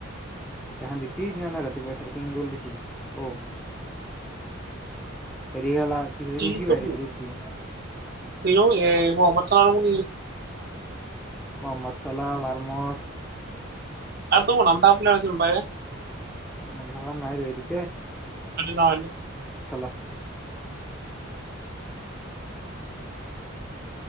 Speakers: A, in the centre; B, on the right (about 50°).
A: এখান জিকছি! না, না ৰাতিপুৱাই চৱা! তিন গোল দিছি! অ' হেৰি হলা
B: ইজিপ্তত এ
A: <inaudible>
B: <inaudible> মহম্মদ চালাহ <inaudible>
A: মহম্মদ চালাহ মাৰমজ
B: <unintelligible>
A: নম ধৰা নাই আৰু
B: নহয়
A: <inaudible>